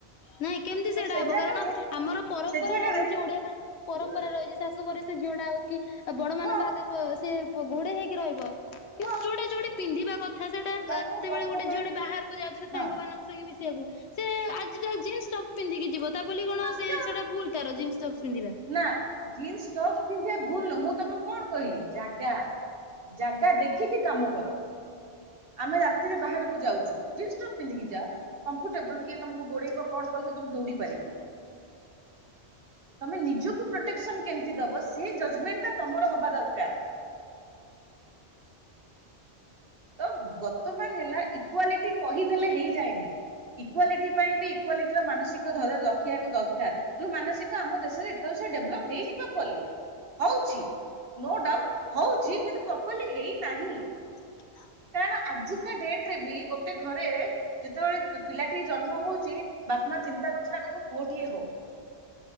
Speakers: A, on the left (about 80°); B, on the right (about 60°).
A: ନାଇଁ କେମିତି
B: ତ
A: ସେଟା
B: ସେ
A: ହବ
B: ଜାଗାରେ
A: କାରଣ ଆମର ପରମ୍ପରା
B: ସେ ଜାଗାରେ
A: ରହିଚି ଓଡିଆ ମାନ ଙ୍କର ପରମ୍ପରା
B: ହୁଁ
A: ରହିଚି ଶାଶୂ ଘରେ ସେ ଝିଅଟା ଆଉ କି ବଡ ମାନଙ୍କ
B: ହଁ
A: ଆଗରେ ପ ସିଏ ପ ଘୋଡେଇ ହେଇକି ରହିବ କିନ୍ତ
B: ହଁ
A: ଯୋଉଡା ଯୋଉଟି ପିନ୍ଧିବା କ ଥା ସେଟା ଆ
B: ତମେ
A: ଯେତେବେଳେ
B: ବର୍ତ୍ତମାନ
A: ଗୋଟେ ଝିଅ ଟେ ବାହାରକୁ ଯାଉଛି ତା
B: ହଁ
A: ସାଙ୍ଗମାନଙ୍କ ସାଙ୍ଗେ ମିଶିବାକୁ ସେ ଆ <unintelligible> ଜିନ୍ସ ଟପ୍ସ ପିନ୍ଧିକି ଯିବ ତା ବୋଲି କଣ
B: ହଁ
A: ସିଏ
B: ଯାଅ
A: ସେଟା ଭୁଲ୍ ତାର ଜିନ୍ସ ଟପ୍ସ ପିନ୍ଧିବା।
B: ନା ଜିନ୍ସ ଟପ୍ସ ପିନ୍ଧିବା ଭୁଲ ନୁଁହ ମୁଁ ତମୁକୁ କଣ କହିଲି ଜାଗା। ଜାଗା ଦେଖିକି କାମ କର। ଆମେ ରାତିରେ ବାହାରକୁ ଯାଉଚୁ। ଜିନ୍ସ ଟପ ପିନ୍ଧିକି ଯା କମ୍ଫଟେବୁଲ୍ କିଏ ତମକୁ ଗୋଡେଇବ କଣ କରିବ <unintelligible> ଦୌଡି ପାରିବ। ତମେ ନିଜକୁ ପ୍ରୋଟେକ୍ସନ କେମିତି ଦବ ସେ ଜଜମେଣ୍ଟ ଟା ତମର ହବା ଦରକାର। ତ ଗର୍ତ୍ତମାନ ହେଲା ଇକ୍ୱାଲିଟି କହିଦେଲେ ହେଇଯାଏନି। ଇକ୍ୱାଲିଟି ପାଇଁ ବି ଇକ୍ୱାଲିଟିର ମାନସିକ୍ <unintelligible> ରଖିବାକୁ ଦରକାର ଯୋଉ ମାନସିକ ଆମ ଦେଶରେ <unintelligible> ଡେଭଲପ୍ ହେଇନି ପ୍ରପର୍ଲି। ହଉଛି ନୋ ଡାଉଟୁ ହୋଉଛି କିନ୍ତୁ ପ୍ରପର୍ଲୀ ହେଇନାହିଁ।
A: <unintelligible>
B: କାରଣ ଆଜିକା ଡେଟ୍ ରେ ବି ଗୋଟେ ଘରେ ଯେତେବେଳେ ପିଲାଟିଏ ଜନ୍ମ ହଉଛି ବାପା, ମା ଚିନ୍ତା କରୁଛନ୍ତି ଆଗକୁ ପୁଅଟିଏ ହଉ।